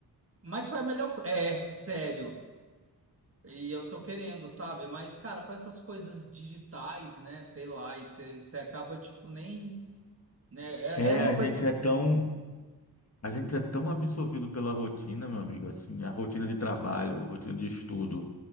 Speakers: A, on the right (about 35°); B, on the left (about 40°).
A: Mas foi a melhor. co- É, sério. E eu tô querendo, sabe? Mas, cara, com essas coisas digitais, né? Sei lá, e você você acaba, tipo, nem. Né? É-
B: É,
A: Era uma
B: a
A: coisa.
B: gente é
A: que-
B: tão, A gente é tão absorvido pela rotina, meu amigo, assim, a rotina de trabalho, a rotina de estudo,